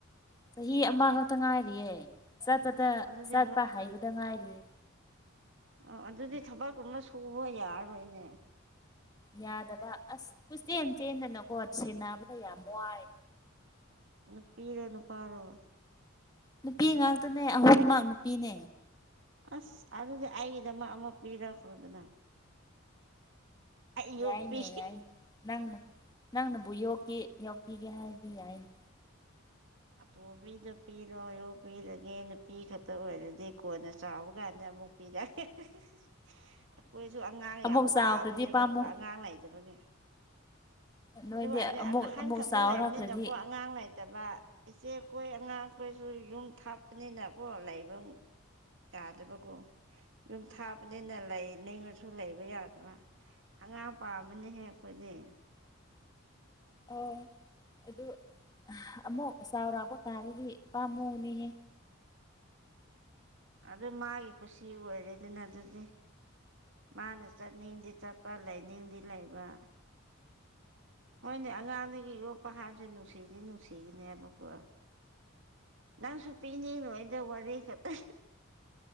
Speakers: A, on the left; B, on the right.
A: ꯆꯍꯤ ꯑꯃꯈꯛꯇ ꯉꯥꯏꯔꯤꯌꯦꯦ ꯆꯠꯄꯗ
B: ꯑꯗꯨꯗꯤ
A: ꯆꯠꯄ ꯍꯥꯏꯩꯕꯗ ꯉꯥꯏꯔꯤꯌꯦ
B: ꯑꯣ ꯑꯗꯨꯗꯤ ꯊꯕꯛꯨꯝ ꯑꯃ ꯁꯨꯕ ꯌꯥꯔꯔꯣꯏꯅꯦ
A: ꯌꯥꯗꯕ ꯑꯁ ꯀꯆꯦꯟ ꯆꯦꯟꯗꯅꯀꯣ ꯁꯦꯟꯅꯕꯗ ꯌꯥꯝ ꯋꯥꯏ
B: ꯅ ꯄꯤꯔꯣ ꯅ ꯄꯥꯔꯣ
A: ꯅꯨꯄꯤ ꯉꯥꯛꯇꯅꯦ ꯑꯍꯨꯝꯃꯛ ꯅꯨꯄꯤꯅꯦ
B: ꯑꯁ ꯑꯗꯨꯗꯤ ꯑꯩꯒꯤꯗ ꯃꯥ ꯑꯃ ꯄꯤꯔꯛꯈ꯭ꯔꯣꯗꯅ ꯑꯩ ꯌꯣꯛꯄꯤ
A: ꯌꯥꯏꯅꯦ ꯌꯥꯏꯅꯦ ꯅꯪꯅ ꯅꯪꯅꯕꯨ ꯌꯣꯛꯈꯤ ꯌꯣꯛꯄꯤꯒꯦ ꯍꯥꯏꯕꯗꯤ ꯌꯥꯏꯅꯤ
B: ꯑꯇꯣꯝꯕꯤꯗꯨꯣ ꯄꯤꯔꯣꯏ ꯑꯣꯣ ꯄꯤꯔꯒꯦ ꯅꯨꯄꯤ ꯈꯛꯇ ꯑꯣꯏꯔꯗꯤ ꯀꯣꯟꯅ ꯆꯥꯎꯕ ꯀꯥꯟꯗ ꯑꯃꯨꯛ ꯄꯤꯔꯦ ꯑꯩꯈꯣꯏꯁꯨ ꯑꯉꯥꯡ
A: ꯑꯃꯨꯛ
B: ꯌꯥꯝ
A: ꯆꯥꯎꯈ꯭ꯔꯗꯤ
B: ꯄꯥꯝꯝꯕꯅꯦꯕ
A: ꯄꯥꯝꯃꯨ
B: ꯑꯩꯀꯣꯏ ꯑꯉꯥꯡ ꯂꯩꯇꯕꯒꯤ
A: ꯅꯣꯏꯗꯤ
B: ꯑꯗꯤ
A: ꯑꯃꯨꯛ
B: ꯑꯍꯟ
A: ꯑꯃꯨꯛ
B: ꯈꯛꯇ
A: ꯆꯥꯎꯔꯛꯈ꯭ꯔꯗꯤ
B: ꯂꯩꯕꯅꯤꯅꯀꯣ ꯑꯉꯥꯡ ꯂꯩꯇ ꯂꯩꯇꯕ ꯏꯆꯦꯈꯣꯏ ꯑꯉꯥꯡꯈꯣꯏꯁꯨ ꯌꯨꯝ ꯊꯥꯞꯄꯅꯤꯅꯀꯣ ꯂꯩꯕ ꯌꯥꯗꯕꯀꯣ ꯌꯨꯝ ꯊꯥꯕꯅꯤꯅ ꯂꯩ ꯅꯤꯡꯉꯁꯨ ꯂꯩꯕ ꯌꯥꯗꯕ ꯑꯉꯥꯡ ꯄꯥꯝꯝꯕꯅꯍꯦꯛ ꯑꯩꯈꯣꯏꯗꯤ
A: ꯑꯣ ꯑꯗꯨ ꯑꯃꯨꯛ ꯆꯥꯎꯔꯥꯛꯄ ꯀꯥꯟꯗꯗꯤꯄꯥꯥꯝꯃꯨꯅꯦꯍꯦ
B: ꯑꯗꯨ ꯃꯥꯒꯤꯦꯀꯣ ꯁꯤ ꯑꯣꯏꯔꯦꯗꯅ ꯑꯗꯨꯗꯤ ꯃꯥꯅ ꯆꯠꯅꯤꯡꯗꯤ ꯆꯠꯄ ꯂꯩꯅꯤꯡꯗꯤ ꯂꯩꯕ ꯍꯣꯏꯅꯦ ꯑꯉꯥꯡꯗꯒꯤ ꯌꯣꯛꯄ ꯍꯥꯏꯕꯁꯦ ꯅꯨꯡꯁꯤꯗꯤ ꯅꯨꯡꯁꯤꯒꯅꯦꯕꯀꯣ ꯅꯪꯁꯨꯄꯤꯤꯅꯤ ꯅꯣꯣꯏꯗ ꯋꯥꯗꯦ ꯈꯠꯇ